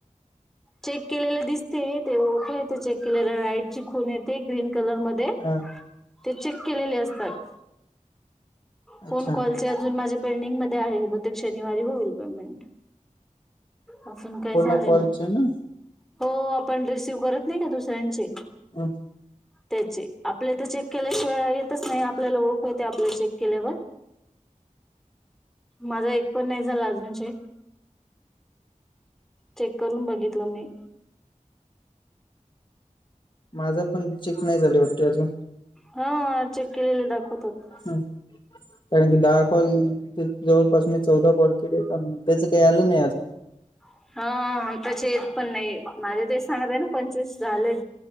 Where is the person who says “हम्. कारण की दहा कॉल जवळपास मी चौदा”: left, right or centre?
Left